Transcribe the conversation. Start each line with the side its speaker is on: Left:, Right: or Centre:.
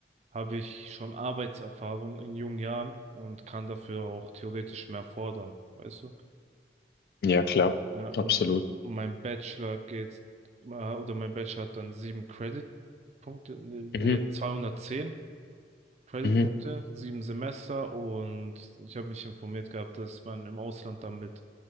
Right: habe ich schon Arbeitserfahrung in jungen Jahren und kann dafür auch theoretisch mehr fordern. Weißt du?
Left: Ja, klar,
Right: Ja, und
Left: absolut.
Right: mein Bachelor geht, äh, oder mein Bachelor hat dann sieben Credit-Punkte, nee, nee,
Left: Mhm,
Right: 210 Creditpunkte
Left: mhm.
Right: sieben Semester und ich habe mich informiert gehabt, dass man im Ausland damit